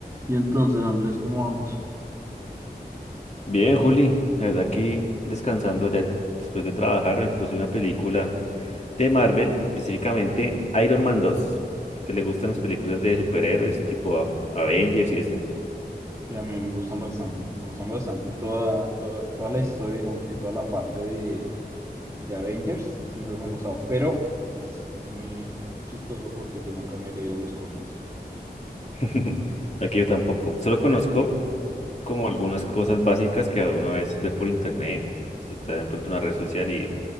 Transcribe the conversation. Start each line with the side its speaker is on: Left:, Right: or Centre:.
Right: Y entonces, Andrés, ¿cómo vamos?
Left: Bien, Juli, la verdad aquí descansando ya después de trabajar me puse una película de Marvel, específicamente Iron Man dos. ¿A usted le gustan las películas de superhéroes tipo A- Avengers y esto?
Right: Y a mí me gustan bastante, me gustan bastante toda, toda, toda la historia, digamos que toda la parte de, de Avengers, siempre me ha gustado, pero pues, es muy chistoso porque yo nunca me he leído los cómics.
Left: <laughs> Aquí yo tampoco, solo conozco como algunas cosas básicas que uno a veces ve por internet. Usted está de pronto en una red social y,